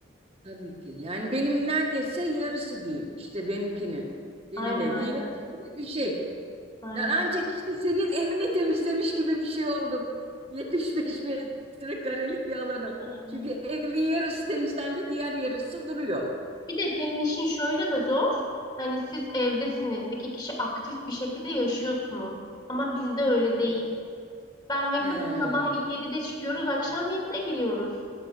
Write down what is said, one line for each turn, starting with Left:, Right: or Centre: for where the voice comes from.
Right: Tabii ki. Yani benim neredeyse yarısı diyeyim. İşte benimkini. Benim
Left: Aynen
Right: evi
Left: aynen.
Right: yarısı gibi bir şey.
Left: Aynen.
Right: Ben ancak işte senin evini temizlemiş gibi bir şey oldum. 75 metrekarelik bir alanı.
Left: Aynen.
Right: Çünkü evin yarısı temizlendi, diğer yarısı duruyor.
Left: Bir de senin işin şöyle de zor. Hani siz evdesiniz. iki kişi aktif bir şekilde yaşıyorsunuz. Ama bizde öyle değil.
Right: Evet.
Left: Ben ve
Right: He,
Left: kızım sabahleyin 7'de çıkıyoruz,
Right: evet.
Left: akşam 7'de giriyoruz.